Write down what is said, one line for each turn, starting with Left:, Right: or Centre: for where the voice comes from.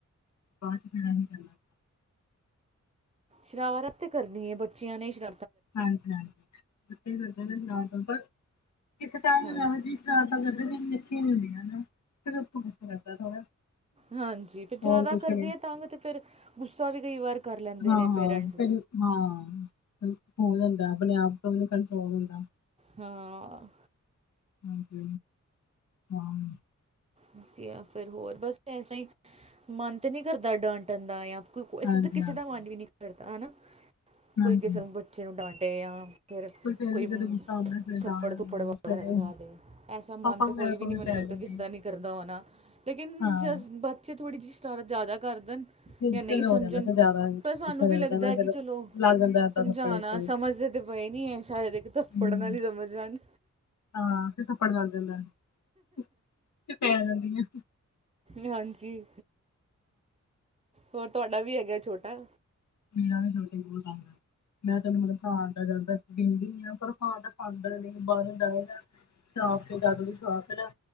Left: ਬਾਦ 'ਚ ਪਤਾ ਕੀ ਚਲਣਾ
Right: ਸ਼ਰਾਰਤ ਤੇ ਕਰਨੀ ਏ ਬੱਚਿਆਂ ਨੇ ਸ਼ਰ
Left: ਹਾਂਜੀ- ਹਾਂਜੀ, ਬੱਚੇ ਕਰਦੇ ਨੇ ਸਰਾਰਤਾ ਪਰ ਕਿਸੇ ਟਾਈਮ
Right: ਹਾਂਜੀ
Left: ਨਾ ਜੀ ਸ਼ਰਾਰਤਾਂ ਕਰਦੇ ਫਿਰ ਮਿਟੀ ਹੁੰਦੀਆ ਨਾ ਫਿਰ <unintelligible>
Right: ਹਾਂਜੀ, ਤੇ ਫਿਰ
Left: ਹੋਰ
Right: ਜ਼ਿਆਦਾ
Left: ਕੁਛ
Right: ਕਰਦੇ
Left: ਨੀ।
Right: ਆ ਤਾਂ ਵੀ ਤੇ ਫਿਰ ਗੁੱਸਾ ਵੀ ਕਈ ਵਾਰ ਕਰ ਲੈਂਦੇ
Left: ਹਾਂ-ਹਾਂ
Right: ਨੇ ਪੇਰੈਂਟਸ
Left: ਪਹਿਲ ਹਾਂ, ਹੋ ਜਾਂਦਾ ਆਪਣੇ ਆਪ ਤੋਂ ਨੀ ਕੰਟਰੋਲ ਹੁੰਦਾ।
Right: ਹਾਂ ਹ
Left: ਹਾਂਜੀ- ਹਾਂਜੀ ਹਾਂ
Right: ਬਸ ਜਾਂ ਫਿਰ ਹੋਰ ਬਸ ਐਸਾ ਹੀ ਮਨ ਤੇ ਨਹੀਂ ਕਰਦਾ, ਡਾਂਟਣ ਦਾ ਜਾਂ ਫਿਰ ਕੋਈ ਵੈਸੇ
Left: ਹਾਂਜੀ-ਹਾਂਜੀ
Right: ਤਾਂ ਕਿਸੇ
Left: ਹਾਂਜੀ
Right: ਦਾ ਮਨ ਵੀ ਨਹੀਂ ਕਰਦਾ ਹਨਾ,
Left: ਹਾਂਜੀ
Right: ਕੋਈ ਕਿਸੇ ਨੂੰ ਬੱਚੇ ਨੂੰ ਡਾਂਟੇ ਯਾ ਫੇਰ
Left: ਪਰ
Right: ਕੋਈ
Left: ਵੀ ਜਦੋਂ ਗੁੱਸਾ ਆਉਂਦਾ ਫਿਰ
Right: ਥੱਪੜ
Left: ਡਾਂਟ ਦਿੰਦੇ
Right: ਥੁਪੜ ਵਗੈਰਾ
Left: ਫਿਰ
Right: ਲਗਾ ਦੇ, ਐਸਾ ਮਨ
Left: ਪਾਪਾ
Right: ਤੇ
Left: ਵਗੈਰਾ
Right: ਕੋਈ ਵੀ
Left: ਕੋਲ
Right: ਨੀ ਮੈਨੂੰ
Left: ਪੈ
Right: ਲੱਗਦਾ
Left: ਜਾਂਦੀ
Right: ਤੇ ਕਿਸੇ ਦਾ
Left: ਹੈ।
Right: ਨਹੀਂ ਕਰਦਾ ਹੋਣਾ, ਲੇਕਿਨ
Left: ਹਾਂ
Right: ਜਸਟ ਬੱਚੇ ਥੋੜੀ ਸ਼ਰਾਰਤ ਜ਼ਿਆਦਾ ਕਰਦਨ
Left: ਫਿਰ
Right: ਜਾਂ ਨਹੀਂ
Left: ਫਿਰ
Right: ਸਮਝਣ,
Left: ਹੋ ਜਾਂਦਾ ਫਿਰ ਜ਼ਿਆਦਾ ਗੁੱਸਾ
Right: ਪਰ ਸਾਨੂੰ
Left: ਚੜਦਾ
Right: ਵੀ ਲੱਗਦਾ
Left: ਨਾ
Right: ਕਿ
Left: ਫਿਰ
Right: ਚਲੋ
Left: ਲੱਗ ਜਾਂਦਾ ਏਦਾਂ
Right: ਸਮਝਾਣਾ
Left: ਥੱਪੜ ਕੋਈ
Right: ਸਮਝਦੇ ਤੇ ਪਏ ਨੀ ਹੈ, ਸ਼ਾਇਦ ਇੱਕ ਥੱਪੜ
Left: ਹਮ
Right: ਨਾਲ ਹੀ ਸਮਝ ਜਾਨ
Left: ਹਾਂ ਫਿਰ ਥੱਪੜ ਲਗ ਜਾਂਦਾ ਹਮ ਤੇ ਪੈ ਜਾਂਦੀਆਂ
Right: ਹਾਂਜੀ ਹੋਰ ਤਾਡਾ ਵੀ ਹੈਗਾ ਛੋਟਾ
Left: ਮੇਰਾ ਤੇ ਛੋਟਾ ਹੀ ਬਹੁਤ ਤੰਗ ਕਰਦਾ ਮੈਂ ਤੈਨੂੰ ਮਤਲਬ ਖਾਣ ਦਾ ਜਾਦਾ ਦਿੰਦੀ ਆਂ ਪਰ ਖਾਣ ਦਾ ਖਾਂਦਾ ਨਹੀਂ ਬਾਹਰੋਂ ਜਿਆਦਾ ਲਿਆਉਂਦੇ ਬਾਜ਼ਾਰ 'ਚ ਦਾਦੂ ਦੀ ਸ਼ੋਪ ਹੈ ਨਾ